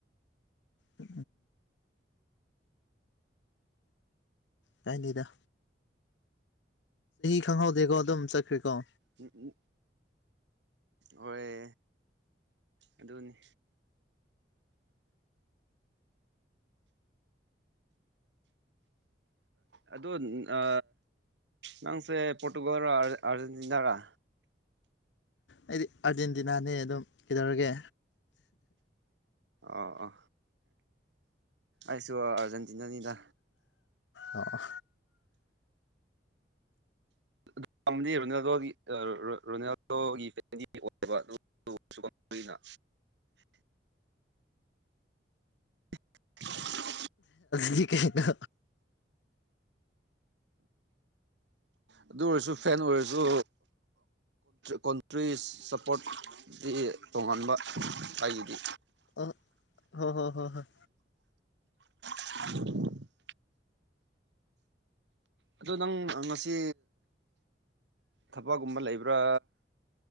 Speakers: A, on the left; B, on the right.
A: ꯑ ꯇꯥꯏꯅꯤꯗ ꯈꯪꯍꯧꯗꯦꯀꯣ ꯑꯗꯨꯝ ꯆꯠꯈ꯭ꯔꯦꯀꯣ
B: ꯎꯝ ꯑꯣꯏ ꯑꯗꯨꯅꯤ ꯑꯗꯣ ꯑ ꯅꯁꯦ ꯄꯇꯨꯒꯜ ꯑꯔꯖꯦꯟꯇꯤꯅꯥ ꯔ
A: ꯑꯩꯗꯤ ꯑꯥꯔꯖꯦꯟꯇꯤꯅꯥꯅꯦ ꯑꯗꯨꯝ ꯀꯩꯗꯧꯔꯒꯦ
B: ꯑ ꯑ ꯑꯁꯨ ꯑ ꯑꯔꯖꯦꯟꯦꯟꯇꯤꯅꯥꯅꯤꯗ
A: ꯑꯣ
B: ꯑꯗꯨ ꯄꯥꯝꯗꯤ ꯔꯣꯅꯥꯜꯗꯣꯒꯤ ꯔꯣꯅꯥꯜꯗꯣꯒꯤ ꯐꯦꯃꯤꯂꯤꯒꯤ ꯑꯣꯏꯌꯦꯕ ꯑꯗꯨ ꯁꯨꯅ <inaudible>
A: ꯗꯤ ꯀꯩꯅꯣ
B: ꯑꯗꯨ ꯑꯣꯏꯔꯁꯨ ꯐꯦꯟ ꯑꯣꯏꯔꯁꯨ ꯀꯣꯟꯇ꯭ꯔꯤ ꯏꯁꯄꯣꯔꯠꯁꯤ ꯇꯣꯉꯥꯟꯕ ꯑꯩꯒꯤꯗꯤ
A: ꯑꯣ ꯍ ꯍꯣ ꯍꯣ ꯍ <unintelligible>
B: <inaudible> ꯑꯗꯨ ꯅꯪ ꯉꯁꯤ ꯊꯕꯛꯒꯨꯝꯕ ꯂꯩꯕ꯭ꯔꯥ